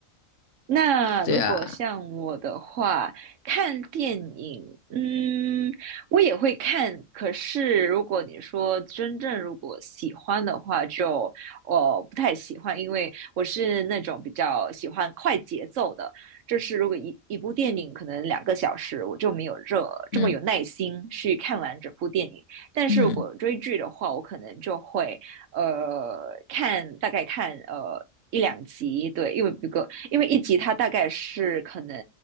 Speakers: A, on the right; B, on the left.
A: 那如果像我的话，
B: 对啊，
A: 看电影，嗯，我也会看。可是如果你说真正如果喜欢的话就，我不太喜欢，因为我是那种比较喜欢快节奏的。就是如果一一部电影可能两个小时，我就没有这这么有耐心去看完整部电影。
B: 嗯
A: 但是如果追剧的话，
B: 嗯。
A: 我可能就会。呃看大概看呃一两集，对，因为不够，因为一集它大概是可能